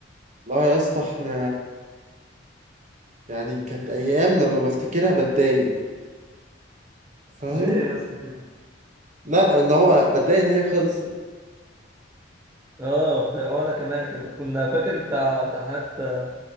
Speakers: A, on the right (about 40°); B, on the right (about 15°).
A: لا يا اسطى احنا يعني كانت أيام لما بفتكرها بتضايق فاهم
B: ليه يا اسطى كده
A: لا اللي هو بتضايق ان هي خلصت
B: اه ده وانا كمان كان كنا فاكر بتاع امتحانات آه،